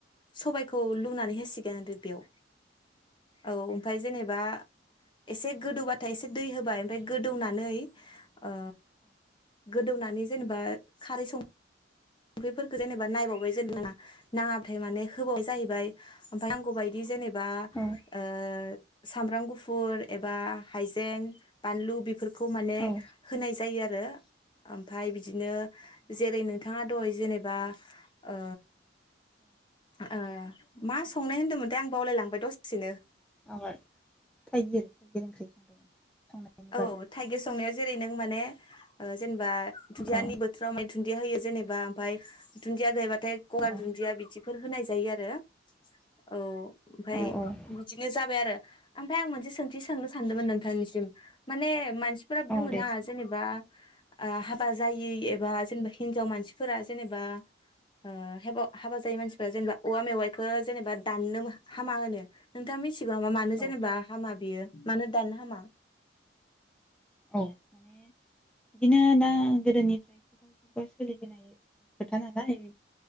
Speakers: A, on the left; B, in the centre.
A: सबायखौ लुनानै होसिगोन बेयाव। औ ओमफ्राय जेनेबा एसे गोदौबा हाथाय एसे दै होबाय ओमफ्राय गोदौनानै ओ गोदौनानै जेनेबा खारै सं संख्रिफोरखौ जेनेबा नायबावबाय जेन नाङा नाङाथाय माने होबाव जाहैबाय नांगौ बायदि जेनेबा बा
B: औ
A: ओ सामब्राम गुफुर एबा हाइजें बानलु बिब बेफोरखौ माने
B: औ
A: होनाय जायो आरो। ओमफ्राय बिदिनो जेरै नोथां मा दहय जेनेबा ओ ओ मा संनाय होन्दोंमोन थाय आं बावलायलांबाय दसेनो।
B: आबाद थाइगिर थाइगिर ओंख्रि। संनायनि
A: औ
B: बागै
A: थाइगिर संनाया जेरै नों माने ओ जेन जे बा दुदियानि
B: औ
A: बोथोराव मैथु दुन्दिया होयो जेनेबा ओमफाय दुनदिया गैयाबा थाय गगार
B: औ
A: दुन्दिया बिदि बेफोर होनाय जायो आरो औ। ओमफ्राय
B: औ औ
A: बिदिनो जाबाय आरो। ओमफ्राय आं मोनसे सोंथि सोंनो सानदोंमोन नोंथांनिसिम। माने मान सिफोरा बुङोना
B: औ दे
A: जेनेबा ओ हाबा जायि एबा जेनेबा हिन्जाव मानसिफोरा जेनेबा ओ हेब हाबा जायो मानसिफ्रा जेनेबा औवा मेवाइखौ जेनेब बा दाननो हामा होनो नोंथाङा मिथि <unintelligible> मानो जेनेबा
B: औ
A: हामा बियो मानो दानो हामा
B: औ बिदिनो दा गोदोनिफ्राय <unintelligible> खुगा खुगा सोलिबोनाय खोथा नालाय